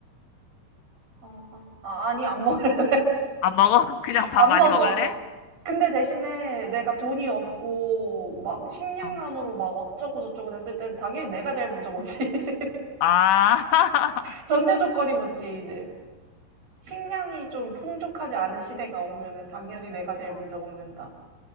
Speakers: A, on the right (about 50°); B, on the left (about 75°).
A: 어, 어. 아, 아니, 안 먹, <laughs>
B: 안 먹어? <laughs> 그냥 밥
A: 안
B: 많이
A: 먹어.
B: 먹을래?
A: 근데 대신에 내가 돈이 없고,
B: 어,
A: 막, 식량난으로
B: 어.
A: 막 어쩌고저쩌고 됐을 때는 당연히 내가 제일 먼저 먹지. <laughs>
B: 아, <laughs>
A: 전제 조건이 붙지, 이제. 식량이 좀 풍족하지 않은 시대가 오면은 당연히 내가 제일
B: 어.
A: 먼저 먹는다.